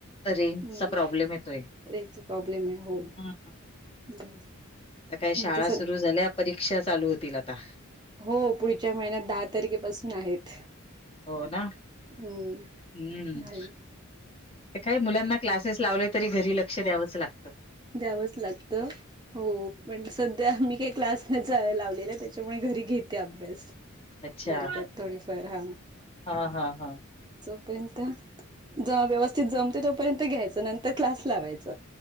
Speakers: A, on the left; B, on the right.
A: रेंजचा
B: हम्म,
A: प्रॉब्लेम येतोय.
B: रेंजच प्रॉब्लेम आहे हो
A: हं,
B: बर.
A: आता या
B: तुम्ही
A: शाळा
B: तस
A: सुरू झाल्या परीक्षा चालू होतील आता.
B: हो पुढच्या महिन्यात दहा तारखेपासून आहेत.
A: हो ना?
B: हम्म
A: हम्म.
B: आहे
A: ते काय मुलांना क्लासेस लावले तरी घरी लक्ष द्यावंच लागतं.
B: द्यावच लागतं. हो पण सध्या मी काही क्लास <unintelligible> लावलेला त्याच्यामुळे घरी घेते अभ्यास.
A: अच्छा.
B: करतात थोडीफार हा.
A: हां, हां, हां.
B: जोपर्यंत ज व्यवस्थित जमतय तोपर्यंत घ्यायचं नंतर क्लास लावायच.